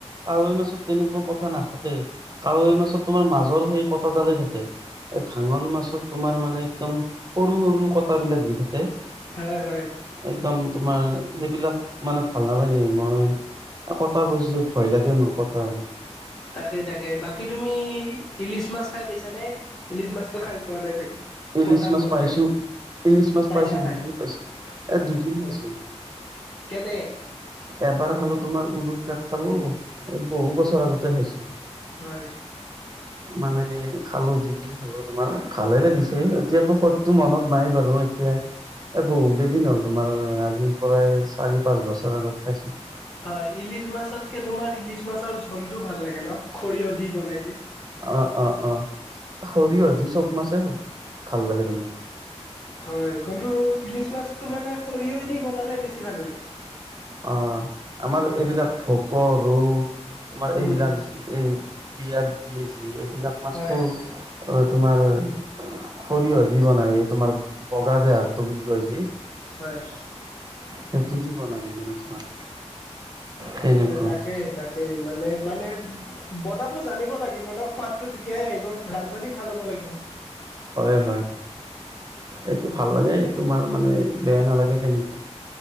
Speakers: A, on the right (about 35°); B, on the left (about 40°).
A: কাৱৈ মাছত তেনেকুৱা কটা নাথাকেই কাৱৈ মাছত তোমাৰ মাজৰ সেই কটাডালেই থাকে। এ, ভাঙন মাছত তোমাৰ মানে একদম সৰু সৰু কটা বিলাক দি থাকে।
B: হয় হয়।
A: একদম তোমাৰ সেইবিলাক মানে ভাল নালাগে মই। কটা বজি ভয় লাগে মোৰ কটা
B: তাকে তাকে বাকী তুমি ইলিচ মাছ খাই পাইছা নে? ইলিচ মাছতো খাই পোৱা নাই চাগে।
A: ইলিছ
B: কটা
A: মাছ
B: বহুত
A: পাইছো
B: থাকে
A: ইলিছ মাছ
B: পাইছা
A: পাইছো দুদিন
B: খাই
A: পাইছো এ দুদিন পাইছো।
B: কেনে?
A: এবাৰ খালো তোমাৰ উৰু ক খালো এ বহু বছৰ আগতে খাইছো।
B: হয়।
A: মানে খালো যই কিনি খালো তোমাৰ ভালে লাগিছে এতিয়াতো সত। সটো মনত নাই বাৰু এতিয়া। এ, বহুকেইদিন হ'ল তোমাৰ আজিৰ পৰাই চাৰি পাঁচ বছৰ আগত খাইছো।
B: হয়, ইলিচ মাছতকে তোমাৰ ইলিচ মাছৰ জোলটো ভাল লাগে ন, সৰিয়হ দি বনাই যে।
A: অ, অ, অ, সৰিয়হ দি চব মাছে ভাল লাগে তোমাৰ।
B: হয়,, কন্তু ইলিছ মাছটো মানে সৰিয়হ দি বনালে বেছি ভাল লাগে।
A: অ, আমাৰ এইবিলাক ভোক ৰৌ তোমাৰ
B: উম
A: এইবিলাক। উম, বিয়াত যি যি এইবিলাক মাছটো
B: হয়।
A: অ, তোমাৰ সৰিয়হ দি বনাই এই তোমাৰ বগা বেয়া হটো বুলি কয় যে
B: হয়।
A: সেইটো দি বনাই মানে তোমাৰ তেনেকুৱা
B: এ, তাকেই তাকেই মানে মানে বনাব জানিব লাগ লাগিব ন সোৱাদটো তেতিয়াহে আহিব ৰান্ধনী ভাল হ'ব লাগিব।
A: হয় হয়। এইটো ভাল লাগে তোমাৰ মানে বেয়া নালাগে কেনেকুৱা।